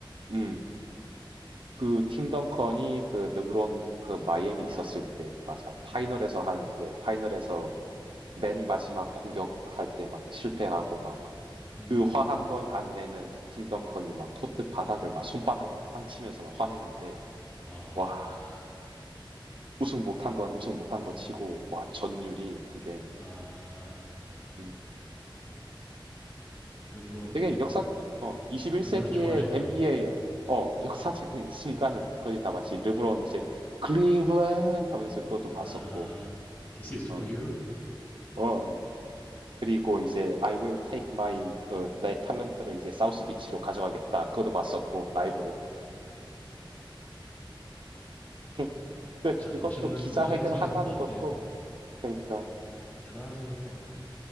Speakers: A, on the right; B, on the left.
A: 음. 그 팀 덩컨이 그 르브론 그 마이애미 있었을 때 맞아 파이널에서
B: 음.
A: 하는데 파이널에서 맨 마지막 공격할 때 막 실패하고 막
B: 음.
A: 그 화 한 번 안 내는 팀 덩컨이 막 코트 바닥을 막 손바닥으로 팡 치면서 막 화내는데
B: 아.
A: 와 우승 못한 건 우승 못한 거 치고 와 전율이 그게
B: 아.
A: 음
B: 르브론
A: 되게 역사 어
B: 어,
A: 21세기의
B: 르브론 좋아해?
A: NBA의
B: 어,
A: 어
B: 어.
A: 역사적인 순간은 거의 다 봤지 르브론 이제 클리블랜드 하면서 그것도
B: 아,
A: 봤었고
B: This is for
A: 어.
B: you.
A: 어. 그리고 이제 I will take my 그 내 탤런트를 이제 사우스 비치로 가져가겠다. 그것도 봤었고 라이브로. <laughs> 근데
B: 참
A: 그것도
B: 멋있는
A: 기자회견
B: 멋있는 선수인
A: 한다는
B: 것
A: 것도
B: 같아요.
A: 그러니까
B: 대단한 선수인 것 같아.